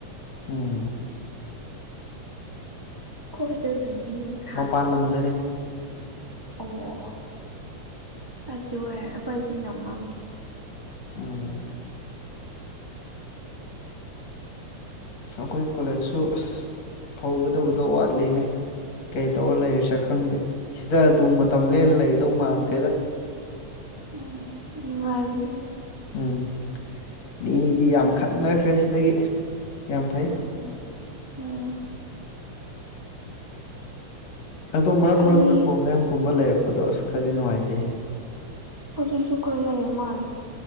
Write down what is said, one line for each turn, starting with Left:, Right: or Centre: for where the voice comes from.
Left: ꯑꯣꯝ
Right: ꯈꯣꯏ ꯍꯣꯏꯗ ꯑꯗꯨꯗꯤ ꯅꯨꯡꯁꯥ
Left: ꯄꯥꯟꯜꯂꯝꯗꯅꯤ
Right: ꯑꯣ ꯑꯣ ꯑꯣ ꯑꯗꯨ ꯑꯣꯏꯔꯦ ꯅ ꯑꯩꯈꯣꯏꯗꯤ ꯅꯪ ꯃꯝꯃꯤ
Left: ꯑꯣ ꯑꯁ ꯑꯩꯈꯣꯏ ꯀꯣꯂꯦꯖꯁꯨ ꯑꯁ ꯍꯧꯒꯗꯕꯗꯣ ꯋꯥꯠꯂꯤꯅꯦ ꯀꯩ ꯇꯧꯔ ꯂꯩꯔꯤꯁꯦ ꯈꯪꯗꯦ ꯁꯤꯗ ꯑꯗꯨꯝ ꯃꯇꯝ ꯂꯦꯜꯂ ꯂꯩꯒꯗꯧ ꯃꯥꯟꯈ꯭ꯔꯦꯗ
Right: ꯎꯝ ꯅꯨꯡꯉꯥꯏꯕꯅꯤ
Left: ꯎꯝ ꯃꯤꯗꯤ ꯌꯥꯝ ꯈꯪꯅꯈ꯭ꯔꯦ ꯁꯤꯗꯒꯤ ꯌꯥꯝ ꯐꯩ
Right: ꯎꯝ ꯎꯝ
Left: ꯑꯗꯣ ꯃꯔꯛ
Right: ꯑꯩ
Left: ꯃꯔꯛꯇ ꯄ꯭ꯔꯣꯕ꯭ꯂꯦꯝꯒꯨꯝꯕ ꯂꯩꯔꯛꯄꯗꯣ ꯑꯁ ꯈꯔꯗꯤ ꯅꯨꯡꯉꯥꯏꯇꯦ
Right: ꯍꯧꯖꯤꯛꯁꯨ ꯈꯔ ꯂꯩ ꯃꯥꯜꯂꯦ <unintelligible>